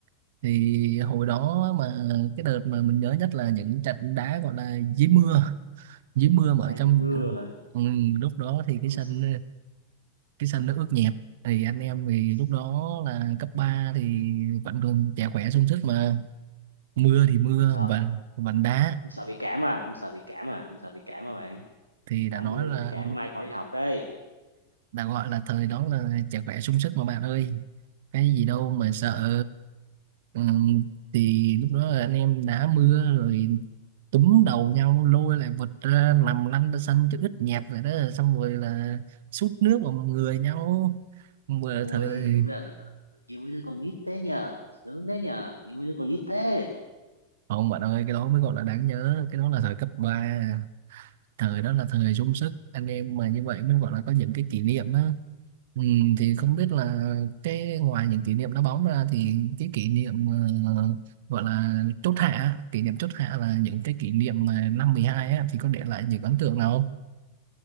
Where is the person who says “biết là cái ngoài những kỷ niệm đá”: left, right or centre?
Right